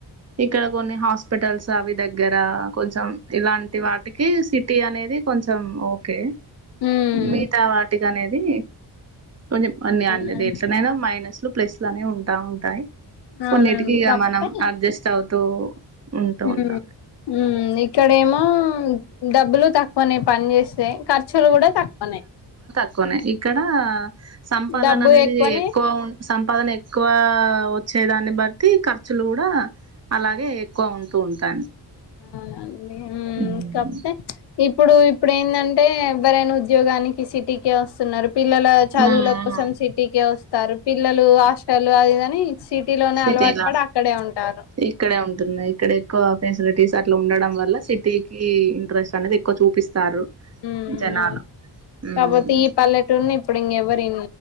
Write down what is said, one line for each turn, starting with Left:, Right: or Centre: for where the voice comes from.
Right: ఇక్కడ కొన్ని హాస్పిటల్స్ అవి దగ్గర కొంచెం ఇలాంటి వాటికి సి టీ అనేది కొంచెం ఓకే
Left: ఉమ్
Right: మీత వాటి అనేది కొన్న్ని
Left: అవునండి
Right: అది ఎలా అయినా ఏనే మైనస్లు ప్లేస్ నే ఉంటా ఉంటాయి కొన్నిటికి
Left: అవునండి
Right: ఇక
Left: కాకపోతే
Right: మనం అడ్జస్ట్ అవు తో ఉంటా ఉంటాంది
Left: ఉమ్ ఉమ్ ఇక్కడేమో డబ్బులు తక్కువనే పని చేస్తాయి్ కచోలు కూడాడ తకునే
Right: క్కనే ఇక్కడ సంపాదన
Left: డబ్బు
Right: అనేది
Left: ఎక్కువనే
Right: ఎక్కువ ఉ సంపాదన ఎక్కువ వచ్చే దాన్ని బట్టి ఖర్చులు కూడా అలాగే ఎక్కువ ఉంటూ ఉంటా
Left: అవునండి మ్
Right: హ్మ్
Left: కాకపోతే ఇప్పుడు ఇప్పుడు ఏంటంటే అంటే ఎవరైనా ఉద్యోగానికి సిటీకే వస్తున్నారు పిల్లల చదువుల
Right: హ్మ్
Left: కోసం సిటీక వస్తారు పిల్లలు హాస్టల్ అది అ సిటీ లోనే
Right: సిటీలా
Left: అలవాటు ప అక్కడే ఉంటారు
Right: ఇక్కడే ఉంటున్నాయి ఇక్కడ ఎక్కువ ఫెసిలిటీస్ అట్లా ఉండడం వల్ల సిటీ క ఇంట్రెస్ట్ అనేది ఎక్కువ చూపిస్తారు
Left: మ్
Right: జనాలు
Left: వు
Right: హ్మ్
Left: కాపోతే ఈ పల్లెటూని ఇప్పుడు ఇంకెవరి